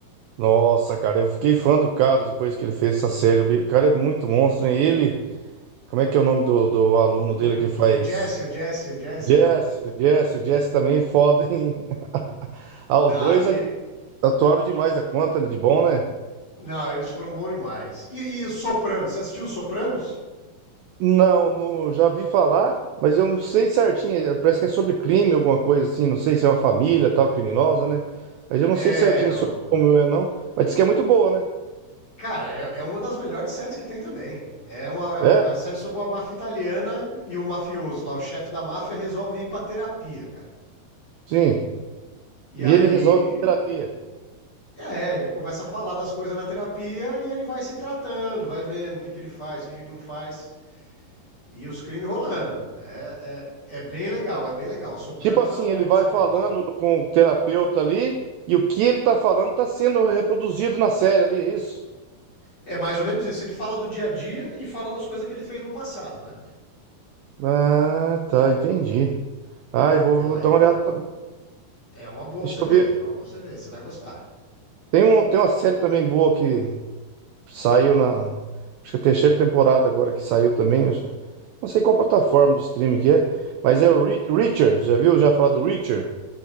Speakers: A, on the right (about 85°); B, on the left (about 40°).
A: Nossa, cara, eu fiquei fã do cara depois que ele fez essa série. O cara é muito monstro, hein? Ele, como é que é o nome do, do aluno
B: O,
A: dele que
B: o,
A: faz.
B: o Jesse, o Jesse, o Jesse.
A: Jess, o Jess, o Jess também é foda, hein? <laughs> Ah,
B: Não,
A: os dois
B: aquele,
A: ali atuaram demais a conta, né? De bom, né?
B: não, eles foram bons demais. E, e os Sopranos, você assistiu os Sopranos?
A: Não, não, já vi falar, mas eu não sei certinho. eh, Parece que é sobre crime, alguma coisa assim. Não sei se é uma família, tal, criminosa, né? Mas eu não
B: É,
A: sei certinho sobre
B: o...
A: como é, não. Mas diz que é muito boa, né?
B: Cara, é, é uma das melhores séries que tem também. É uma, é
A: É,
B: uma série sobre a máfia italiana e o mafioso lá, o chefe da máfia, resolve ir pra terapia, cara.
A: sim.
B: E
A: E
B: aí.
A: ele resolve a terapia.
B: É, ele começa a falar das coisas na terapia e ele vai se tratando, vai vendo o que, que ele faz, o que, que ele não faz. E os crimes rolando. É, é, é bem legal, é bem legal. Sopranos
A: Tipo assim,
B: é uma boa
A: ele vai
B: pra você
A: falando
B: ver.
A: com o terapeuta ali, e o que ele tá falando tá sendo reproduzido na série ali, é isso?
B: É mais ou menos isso. Ele fala do dia a dia e fala das coisas que ele fez no passado, né?
A: Ah, tá, entendi. Ah,
B: Entendeu?
A: eu vou, vou
B: Aí
A: dar uma olhada também.
B: é uma boa
A: Deixa
B: pra você
A: eu
B: ver.
A: ver.
B: É uma boa pra você ver. Você vai gostar.
A: Tem, um, tem uma série também boa que saiu na. Acho que é a terceira temporada agora que saiu também. eu já- Não sei qual plataforma de streaming que é, mas é o Re- Reacher. Já viu? Já falar do Reacher?